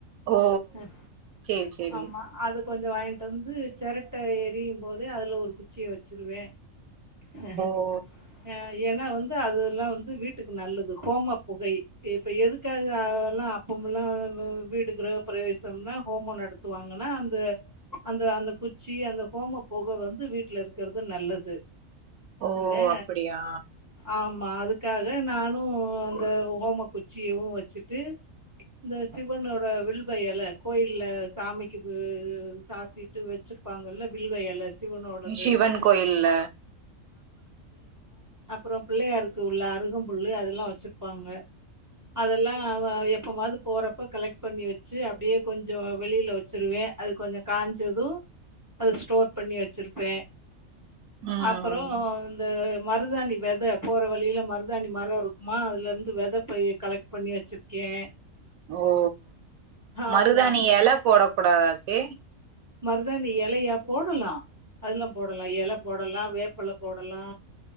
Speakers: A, on the right; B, on the right.
A: ஓ
B: அ
A: சேரி சேரி
B: ஆமா அது கொஞ்ச வாங்ட்டு வந்து செரட்ட எரியும் போதே அதுல ஒரு குச்சிய வச்சிருவ ஹ ஹ
A: ஓ
B: ஹ ஏன்னா வந்து அதுல்லா வந்து வீட்டுக்கு நல்லது ஹோம புகை இப்ப எதுக்காக அதெல்லா அப்பம்ல்லா வீடு கிரக பிரவேசம்னா ஹோமோ நடத் துவாங்கன்னா அந்த அந்த அந்த குச்சி அந்த ஹோம புக வந்து வீட்ல இருக்கிறது நல்லது
A: ஓ
B: ல
A: அப்படியா
B: ஆமா அதுக்காக நானு அந்த ஹோம குச்சியவு வச்சுட்டு இந்த சிவனோட வில்வ எல கோயில்ல சாமிக்கு சாத்திட்டு வச்சிரு இருப்பாங்கல்ல வில்வ இலை சிவனோடது
A: சிவன் கோயில்ல
B: அப்றோ பிள்ளையாருக்கு உள்ள அருகம் புல்லு அதெல்லா வச்சிருப்பாங்க அதெல்லா எப்பமாது போறப்ப கலெக்ட் பண்ணி வச்சு அப்டே கொஞ்சோ வெளியில வச்சிருவே அது கொஞ்சோ காஞ்சதூ அத ஸ்டோர் பண்ணி வச்சிருப்பே
A: ம்
B: அப்றோ இந்த மருதணி வெத போற வழியில மருதாணி மரோ இருக்குமா அதுல இருந்து வெத போய் கலெக்ட் பண்ணி வச்சுயிருக்கே
A: ஓ
B: ஆமா
A: மருதாணி இல போட கூடாதா ஆர்த்தி
B: மருதானி இலயா போடலா அதெல்லா போடலா இல போடல வேப்பல போடலா